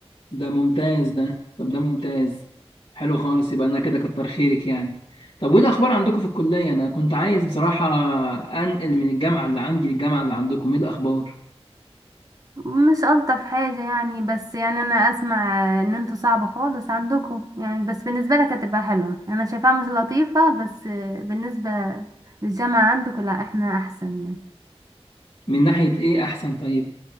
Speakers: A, on the left; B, on the right.
A: ده ممتاز ده طب ده ممتاز حلو خالص يبقى انا كده كتر خيرك يعني طب وايه الاخبار عندكم في الكلية انا كنت عايز بصراحة انقل من الجامعة اللي عندي للجامعة اللي عندكم ايه الاخبار
B: مش ألطف حاجة يعني بس يعني أنا أسمع إن انتوا صعب خالص عندكم يعني بس بالنسبة لك هتبقى حلوة أنا شايفاها مش لطيفة بس بالنسبة للجامعة عندكم لا احنا أحسن يعني
A: من ناحية ايه احسن طيب